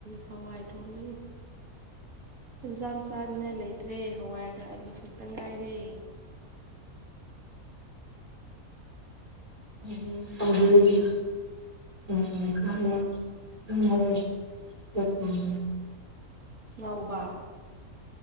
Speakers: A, on the right (about 70°); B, on the right (about 25°).
A: ꯍꯋꯥꯏ ꯊꯣꯡꯒꯅꯤ ꯍꯦꯟꯖꯥꯡ ꯆꯥꯅꯤꯡꯉꯥꯏ ꯂꯩꯇ꯭ꯔꯦ ꯍꯋꯥꯏꯒ ꯑꯥꯂꯨ ꯈꯛꯇ ꯉꯥꯏꯔꯦ
B: <unintelligible> ꯎꯝ <unintelligible>
A: ꯉꯧꯕ